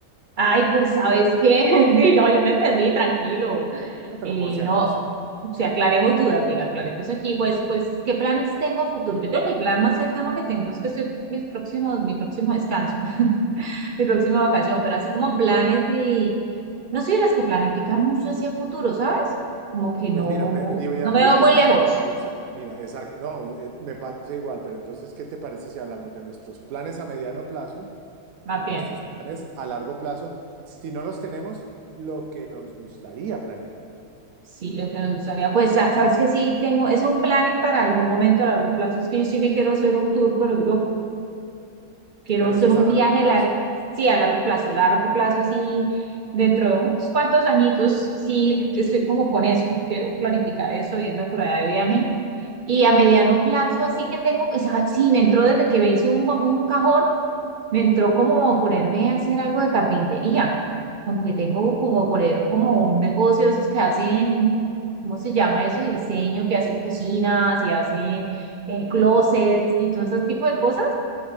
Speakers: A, on the right; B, on the right.
A: Ay, pues ¿sabes qué? <laughs> Sí, no, yo te entendí, tranquilo.
B: No, pero
A: Eh,
B: por si acaso.
A: no, si aclaremos dudas, diga, aclaremos aquí, pues, pues, ¿qué planes tengo a futuro? Yo creo que el plan más cercano que tengo es que estoy mis próximos, mi próximo descanso, <laughs> mi próxima vacación, pero así como planes de, no soy de las que planifican mucho hacia futuro, ¿sabes? Como que no,
B: Pues mira, pe- digámoslo
A: no me veo
B: así,
A: muy lejos,
B: si te parece. Mira, exacto, no, eh, me pasa igual, pero entonces, ¿qué te parece si hablamos de nuestros planes a mediano plazo
A: más
B: y
A: bien.
B: nuestros planes a largo plazo? Si no los tenemos, lo que nos gustaría planear,
A: Sí, lo que nos gustaría, pues, sa- sabes que sí tengo, es un plan y para algún momento, a largo plazo, es que yo sí me quiero hacer un tour por Europa, quiero
B: pero
A: hacer
B: ese es
A: un
B: a largo
A: viaje
B: plazo.
A: largo, sí, a largo plazo, largo plazo, sí, dentro de unos cuantos añitos, sí, estoy como con eso, quiero planificar eso, irme por allá de viaje, y a mediano plazo, así que tengo, o sea, sí, me entró desde que me hice un, un cajón, me entró como ponerme a hacer algo de carpintería, como que tengo como poner como un negocio de esos que hacen, ¿cómo se llama eso? Diseño, que hacen cocinas y hacen eh, closets y todo ese tipo de cosas.